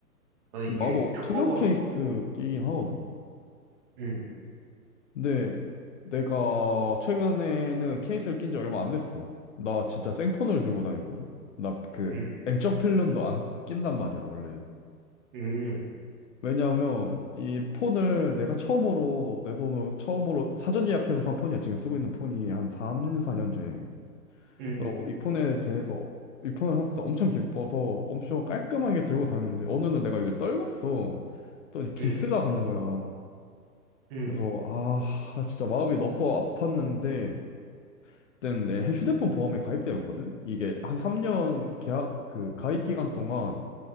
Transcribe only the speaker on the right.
나는
이게
효과가,
음,
음,
음,
음,
음.
음.
음,